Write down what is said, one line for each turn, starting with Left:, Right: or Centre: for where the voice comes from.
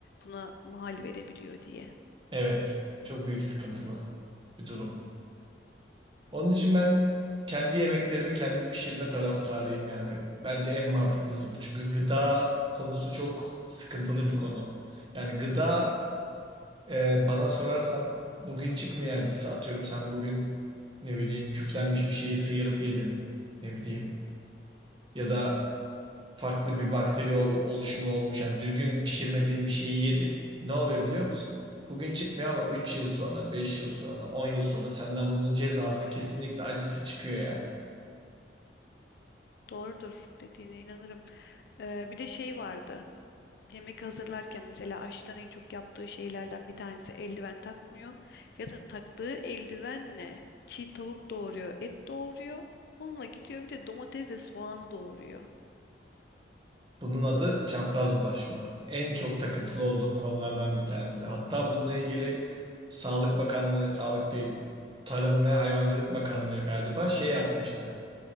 Left: buna mahal verebiliyor diye.
Right: Evet. Çok büyük sıkıntılı bir durum. Onun için ben kendi yemeklerimi kendim pişirme taraftarıyım yani. Bence en mantıklısı bu. Çünkü gıda konusu çok sıkıntılı bir konu. Yani gıda Ee, bana sorarsan bugün çıkmıyor acısı. Atıyorum sen bugün ne bileyim küflenmiş bir şeyi sıyırıp yedin. Ne bileyim ya da farklı bir bakteri ol- oluşumu olmuş. Yani düzgün pişirmediğin bir şeyi yedin. Ne oluyor biliyor musun? Bugün çıkmıyor ama 3 yıl sonra, 5 yıl sonra, 10 yıl sonra senden bunun cezası kesinlikle acısı çıkıyor yani.
Left: Doğrudur dediğine inanırım. Ee, bir de şey vardı. Yemek hazırlarken mesela aşçıların en çok yaptığı şeylerden bir tanesi eldiven takmıyor. Ya da taktığı eldivenle çiğ tavuk doğuruyor, et doğuruyor. Onunla gidiyor bir de domatesle soğanı doğuruyor.
Right: Bunun adı çapraz bulaşma. En çok takıntılı olduğum konulardan bir tanesi. Hatta bununla ilgili Sağlık Bakanlığı, Sağlık değil, Tarım ve Hayvancılık Bakanlığı galiba şey yapmıştı